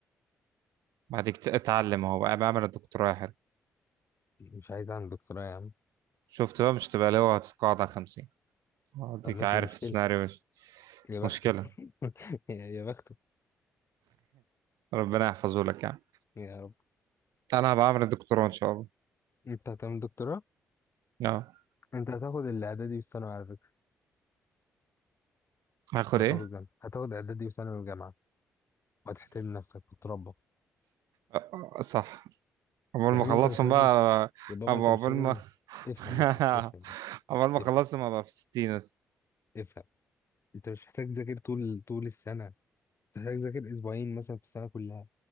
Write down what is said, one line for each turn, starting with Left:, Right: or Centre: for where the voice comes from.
Right: بعد كده اتعلم هو بقى بعمل الدكتوراه يا حلو
Left: مش عايز اعمل دكتوراه يا عم
Right: شفت بقى مش تبقى لواء هتتقاعد على 50 اديك
Left: طب ماشي
Right: عارف
Left: مشكلة
Right: السيناريو مش
Left: يا بخته
Right: مشكلة
Left: <laughs> يا بخته
Right: ربنا يحفظه لك يعني
Left: يا رب
Right: انا هبقى اعمل الدكتوراه ان شاء الله
Left: انت هتعمل دكتوراه
Right: آه.
Left: انت هتاخد الاعدادي والثانوي على فكرة
Right: هاخد
Left: وهتاخد
Right: ايه
Left: جامعة هتاخد اعدادي وثانوي وجامعة وهتحترم نفسك وتربى
Right: آه، آه، صح عقبال
Left: يا
Right: ما
Left: حبيبي
Right: اخلصهم
Left: انت مش لازم
Right: بقى
Left: يا بابا
Right: عقبال
Left: انت مش لازم
Right: ما <laughs>
Left: افهم
Right: <laughs>
Left: افهم افهم
Right: عقبال ما
Left: افهم
Right: خلصت ما بقى في الستين بس
Left: افهم انت مش محتاج تذاكر طول طول السنة انت محتاج تذاكر اسبوعين مثلا في السنة كلها